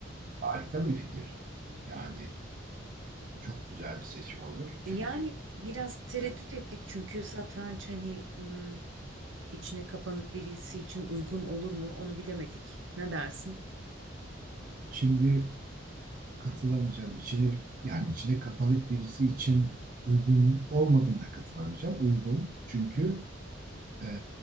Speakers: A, on the right; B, on the right.
A: Harika bir fikir. Yani çok güzel bir seçim olur. Çünkü
B: Yani biraz tereddüt
A: evet,
B: ettik çünkü satranç hani hmm, içine kapanık birisi için uygun olur mu onu bilemedik. Ne dersin?
A: şimdi katılamayacağım. İçine, bir- yani içine kapalı birisi için uygun olmadığına katılamayacağım. Uygun. Çünkü e,